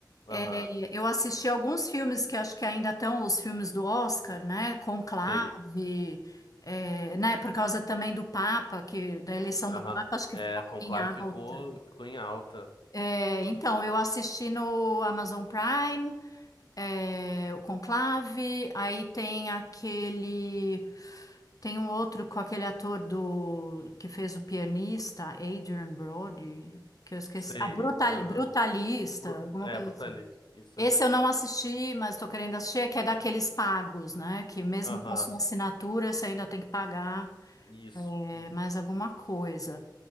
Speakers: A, on the left; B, on the left.
A: Aham,
B: É, eu assisti alguns filmes que acho que ainda estão os filmes do Oscar, né? Conclave,
A: sei.
B: é, né? Por causa também do Papa, que da eleição
A: Aham.
B: do Papa, acho que
A: É,
B: ficou
A: Conclave
B: em alta.
A: ficou, ficou em alta.
B: É, então, eu assisti no Amazon Prime, é, o Conclave, aí tem aquele. Tem um outro com aquele ator do que fez o pianista, Adrian Brody, que eu esqueci.
A: Sei.
B: Ah, Brutal,
A: Aham.
B: Brutalista,
A: Bru-
B: alguma
A: É,
B: coisa
A: Brutalist.
B: assim.
A: Isso
B: Esse
A: aí.
B: eu não assisti, mas estou querendo assistir, é que é daqueles pagos, né? Que mesmo
A: Aham.
B: com a sua assinatura, você ainda tem que pagar
A: Isso.
B: é, mais alguma coisa.